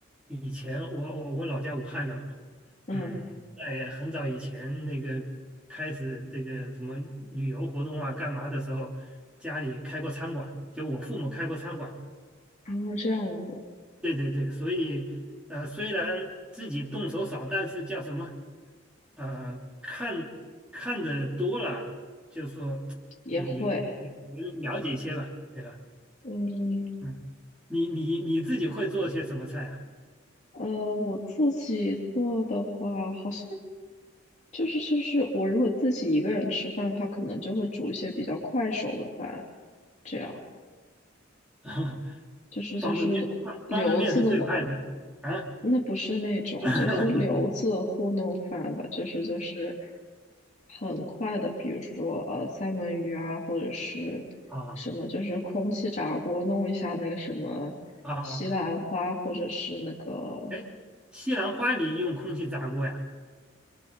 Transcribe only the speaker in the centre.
以前我我我老家武汉的嘛，
嗯，在很早以前那个开始这个什么旅游活动啊干嘛的时候，家里开过餐馆，就我父母开过餐馆。
对对对，所以呃，虽然自己动手少，但是叫什么？呃，看看的多了，就说也也也也了解一些吧，
对吧？
嗯，你你你自己会做些什么菜啊？
<laughs>
方便面，方方便面是最快的啊！
<laughs>
啊
啊！
哎，西兰花里用空气炸锅呀？